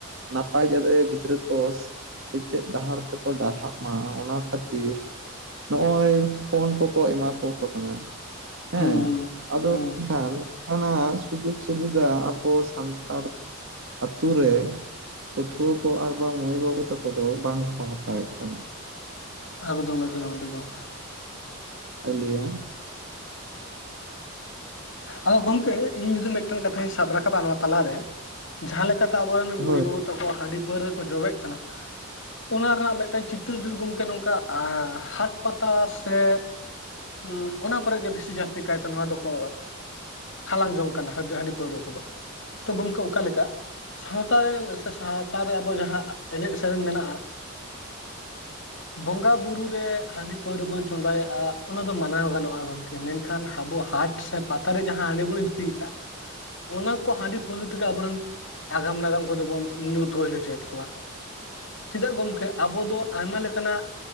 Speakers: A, on the right (about 60°); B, on the left (about 60°).
A: ᱱᱟᱯᱟᱭ ᱡᱟᱛᱮ ᱜᱤᱫᱽᱨᱟᱹ ᱠᱚᱼᱼ ᱥᱮᱪᱮᱫ ᱰᱟᱦᱟᱨ ᱛᱮᱠᱚ ᱰᱟᱨᱦᱟᱜ ᱢᱟ ᱚᱱᱟ ᱠᱷᱟᱹᱛᱤᱨᱼᱼ ᱱᱚᱜᱼᱚᱭ ᱯᱷᱳᱱ ᱠᱚᱠᱚ ᱮᱢᱟ ᱠᱚᱣᱟᱠᱚ ᱠᱟᱱᱟ ᱦᱮᱸ
B: ᱦᱩᱸ
A: ᱟᱫᱚᱼᱼ
B: ᱦᱩᱸ
A: ᱮᱱᱠᱷᱟᱱ ᱱᱚᱝᱠᱟᱱᱟᱜ ᱥᱩᱡᱳᱜᱽ ᱥᱩᱵᱤᱫᱷᱟ ᱟᱵᱚ ᱥᱟᱱᱛᱟᱲᱼᱼ ᱟᱛᱩ ᱨᱮ ᱯᱟᱹᱴᱷᱩᱣᱟᱹ ᱠᱚ ᱟᱨ ᱵᱟᱝ ᱢᱟᱹᱭ ᱵᱟᱹᱵᱩ ᱛᱟᱠᱚ ᱫᱚ ᱵᱟᱝ ᱠᱚ ᱦᱟᱛᱟᱣᱮᱫ ᱠᱟᱱᱟ᱾
B: <unintelligible>
A: ᱦ ᱟᱞᱭᱟ <unintelligible>
B: ᱟᱫᱚ ᱜᱚᱢᱠᱮ ᱤᱧ ᱡᱩᱫᱤ ᱢᱤᱫᱴᱮᱱ ᱠᱟᱛᱷᱟᱧ ᱥᱟᱵ ᱨᱟᱠᱟᱵᱟ ᱱᱚᱣᱟ ᱛᱟᱞᱟᱨᱮ, ᱡᱟᱦᱟᱸ ᱞᱮᱠᱟᱛᱮ ᱟᱵᱚᱨᱮᱱ
A: ᱦᱳᱭ
B: ᱢᱟᱹᱭ ᱵᱟᱹᱵᱩ ᱛᱟᱠᱚ ᱦᱟᱺᱰᱤ ᱯᱟᱹᱣᱨᱟᱹ ᱨᱮᱠᱚ ᱡᱚᱵᱮᱜ ᱠᱟᱱᱟ᱾ ᱚᱱᱟ ᱨᱮᱱᱟᱜ ᱢᱤᱫᱴᱮᱱ ᱪᱤᱛᱟᱹᱨ ᱡᱩᱫᱤ ᱜᱚᱢᱠᱮ ᱱᱚᱝᱠᱟ ᱦᱟᱴ ᱯᱟᱛᱟ ᱥᱮᱼᱼ ᱦᱮᱸ ᱚᱱᱟ ᱠᱚᱨᱮ ᱜᱮ ᱵᱮᱥᱤ ᱡᱟᱹᱥᱛᱤ ᱠᱟᱭᱛᱮ ᱱᱚᱣᱟ ᱫᱚᱠᱚ᱾ ᱦᱟᱞᱟᱝ ᱡᱚᱝ ᱠᱟᱱᱟ ᱦᱟᱺ ᱦᱟᱺᱰᱤ ᱯᱟᱹᱣᱨᱟᱹ ᱠᱚᱫᱚ ᱛᱚ ᱜᱚᱢᱠᱮ ᱚᱠᱟ ᱞᱮᱠᱟ᱾ ᱥᱟᱶᱛᱟ ᱨᱮᱱ ᱥᱮ ᱥᱟᱶᱛᱟ ᱨᱮ ᱟᱵᱚ ᱡᱟᱦᱟᱸ ᱮᱱᱮᱡ ᱥᱮᱨᱮᱧ ᱢᱮᱱᱟᱜᱼᱟ᱾
A: <inaudible>
B: ᱵᱚᱸᱜᱟ ᱵᱩᱨᱩ ᱨᱮ ᱦᱟᱺᱰᱤ ᱯᱟᱹᱣᱨᱟᱹ ᱵᱚᱱ ᱪᱚᱸᱫᱟᱭᱮᱫᱼᱟ ᱚᱱᱟ ᱫᱚ ᱢᱟᱱᱟᱣ ᱜᱟᱱᱚᱜᱼᱟ ᱜᱚᱢᱠᱮ ᱢᱮᱱ ᱠᱷᱟᱱ ᱟᱵᱚ ᱦᱟᱴᱼᱼ ᱥᱮ ᱯᱟᱛᱟᱨᱮ ᱡᱟᱦᱟᱸ ᱦᱟᱺᱰᱤ ᱵᱚᱱ ᱤᱫᱤᱭᱮᱫᱼᱟ ᱚᱱᱟᱼᱼ ᱠᱚ ᱦᱟᱺᱰᱤ ᱯᱟᱹᱣᱨᱟᱹ ᱛᱮᱜᱮ ᱟᱵᱚᱨᱮᱱ ᱟᱜᱟᱢ ᱱᱟᱜᱟᱢ ᱠᱚᱫᱚ ᱵᱚᱱ ᱧᱩ ᱛᱳᱦᱮᱞ ᱦᱚᱪᱚᱭᱮᱫ ᱠᱚᱣᱟ᱾ ᱪᱮᱫᱟᱜ ᱜᱚᱢᱠᱮ ᱟᱵᱚ ᱫᱚ ᱟᱭᱢᱟ ᱞᱮᱠᱟᱱᱟᱜ᱾